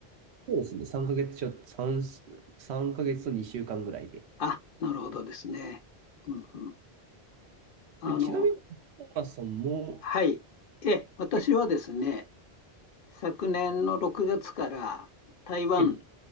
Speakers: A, on the right (about 75°); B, on the left (about 60°).
A: そうですね、3ヶ月ちょ、3、3ヶ月と2週間ぐらいで。
B: あ、なるほどですね。うんうん。あの、
A: で、ちなみに、小原さんも、
B: はい。え、私はですね、
A: け
B: 昨年の6月から台湾
A: はい、